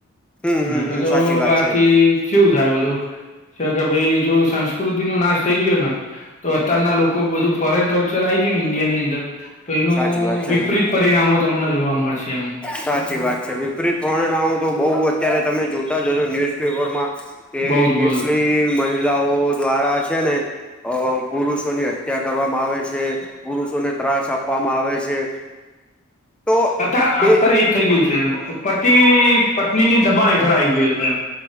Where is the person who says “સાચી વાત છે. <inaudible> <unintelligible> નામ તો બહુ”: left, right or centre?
Centre